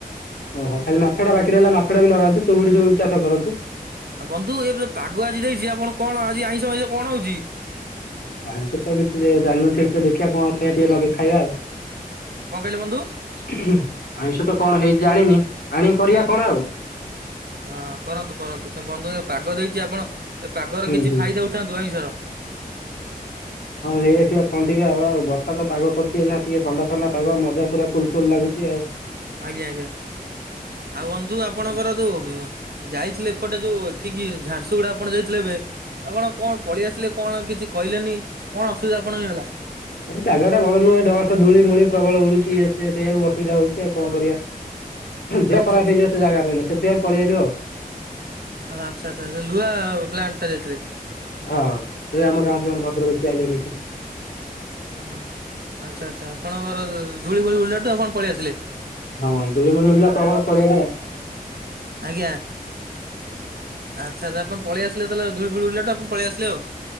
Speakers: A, on the left (about 80°); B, on the right (about 80°).
A: ଓହୋ, ଖାଲି ମାଛ ଟା ବାକି ରହିଲା, ମାଛ ଟା ବି ଲଗାନ୍ତୁ, ଚୁଙ୍ଗୁଡି ଫିଙ୍ଗୁଢି ଚାଷ କରନ୍ତୁ।
B: ଆଉ ବନ୍ଧୁ ଏ ପାଗ ଆଜି ଦେଇଚି, ଆପଣ କଣ ଆଜି ଆଇଁଷ ଫାଇଁଷ କଣ ହଉଚି?
A: ଜାଣିଚୁ ତ, କିଛି ଜାଣିନୁ ଠିକସେ, ଦେଖିବା କଣ ଆଣିବା ଟିକେ ଲଗେଇ ଖାଇବା ଆଉ।
B: କଣ କହିଲେ ବନ୍ଧୁ?
A: ଆଇଁଷ ତ କଣ ହେଇଚି ଜାଣିନି ଆଣିକି କରିବା
B: ହୁଁ
A: କଣ ଆଉ।
B: ହଁ କରନ୍ତୁ, କରନ୍ତୁ, କଁ ବନ୍ଧୁ ଏ ପାଗ ଦେଇଚି ଆପଣ, ଏ ପାଗର
A: ହୁଁ
B: କିଛି
A: ହୁଁ।
B: ଫାଇଦା ଉଠାନ୍ତୁ ଆାଇଁଷର।
A: ହଁ ନେଇଆସିବା କଣ ଟିକେ ଆଉ, ଆଉ ବର୍ଷା ତ ପାଗ କରୁଚି ଏଇନା ଟିକେ ଥଣ୍ଡା ଥଣ୍ଡା ପାଗ, ମଜା ପୁରା କୁଲ କୁଲ ଲାଗୁଚି ଆଉ।
B: ଆଜ୍ଞା ଆଜ୍ଞା। ଆଉ ବନ୍ଧୁ, ଆପଣଙ୍କର ଯୋଉ ଯାଇଥିଲେ ଏପଟେ ଯୋଉ ଏଠିକି ଝାରସୁଗୁଡା ଆପଣ ଯାଇଥିଲେ ଏବେ ଆପଣ କଣ ପଳେଇ ଆସିଲେ, କଣ କିଛି କହିଲେନି।
A: <unintelligible>
B: କଣ ଅସୁବିଧା ଆପଣଙ୍କ ହେଲା?
A: ସେଠି ଜାଗାଟା ଭଲ ନୁହେଁ, ଡଷ୍ଟ ଧୂଳି ମୂଳି ପ୍ରବଳ ଉଡୁଛି, ଇଏ ସିଏ ସେଇକୁ ଅସୁବିଧା ହଉଚି ଆଉ କଣ କରିବା?
B: ଆଚ୍ଛା
A: ଦେହ
B: ଆଚ୍ଛା
A: ଖରାପ ହେଇଯିବ ସେ ଜାଗାରେ ରହିଲେ, ସେଥିପାଇଁ ପଳେଇ ଆଇଲୁ ଆଉ।
B: ଆଛା ଆଛା, ସେ ଲୁହା ପ୍ଲାଣ୍ଟ ଟା ଯାଇଥିଲେ।
A: ହଁ, ଏଇ ଆମ ଗାଁରେ ଜଣେ ଭଦ୍ର ବ୍ୟକ୍ତି ଆଇଲାଣି ଏଇଠିକି।
B: ହ ଆଚ୍ଛା ଆଚ୍ଛା ଆପଣଙ୍କର ଧୂଳି ଫୂଳି ଉଢିଲାଠୁ ଆପଣ ପଳେଇ ଆସିଲେ।
A: ହଁ ଧୂଳି ମୂଳି ଉଡିଲା ପ୍ରବଳ ପଳେଆଇଲି ଆଉ।
B: ଆଜ୍ଞା। ଆଛା ଆଛା ଆପଣ ପଳେଇ ଆସିଲେ ତାଲେ ଧୁଳି ଫୂଳି ଉଡିଲାଠୁ ଆପଣ ପଳେଇ ଆସେ ଆଉ।